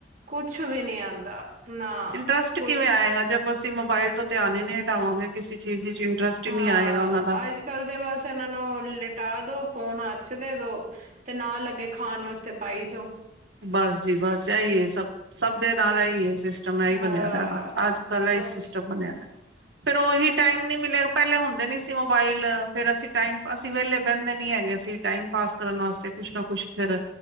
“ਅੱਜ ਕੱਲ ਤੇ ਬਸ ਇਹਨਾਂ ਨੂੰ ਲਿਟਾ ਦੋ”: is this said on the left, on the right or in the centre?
Right